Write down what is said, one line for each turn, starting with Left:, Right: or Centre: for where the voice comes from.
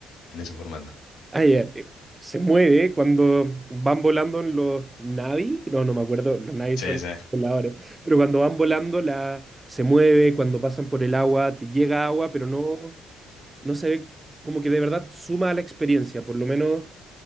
Left: en ese formato.
Right: Ay, eh, eh, se mueve cuando van volando en los Navi, no, no me acuerdo, los Navi
Left: Sí,
Right: son
Left: sí.
Right: voladores, pero cuando van volando la, se mueve, cuando pasan por el agua, te llega agua, pero no, no se ve como que de verdad suma a la experiencia, por lo menos